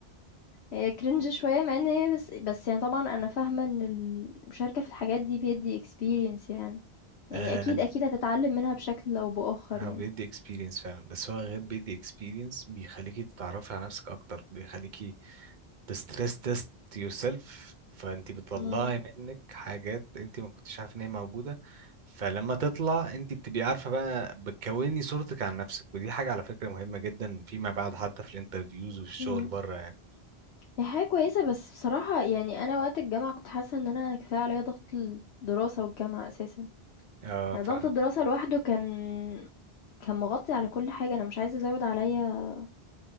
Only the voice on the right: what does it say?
آه
هو
بيدي اكسبيرينس فعلا بس هو غير بيدي اكسبيرينس بيخليكي تتعرفي على نفسك اكتر بيخليكي تستريس تيست يور سيلف فانت بتطلعي
منك حاجات انت ما كنتش عارفه ان هي موجوده فلما تطلع انت بتبقي عارفه بقى بتكوني صورتك عن نفسك ودي حاجه على فكره مهمه جدا فيما بعد حتى في الانترفيوز وفي الشغل
بره يعني
اه
فاهم